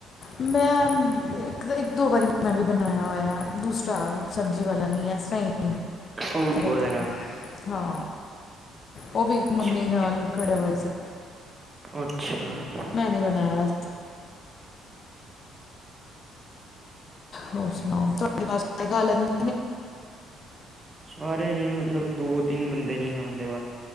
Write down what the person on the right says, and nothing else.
ਸੂਪ
ਵਗੈਰਾ
ਅੱਛਾ
ਅੱਛਾ,
ਛਾਰੇ ਨੀ ਮਤਲਬ ਦੋ, ਤਿੰਨ ਬੰਦੇ ਨੀ ਖਾਂਦੇ ਬਸ।